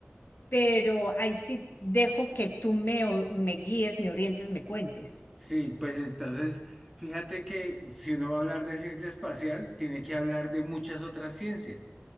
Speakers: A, on the left; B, in the centre.
A: pero ahí sí dejo que tú me, o- me guíes, me orientes, me cuentes.
B: Sí, pues entonces, fíjate que si uno va a hablar de ciencia espacial, tiene que hablar de muchas otras ciencias.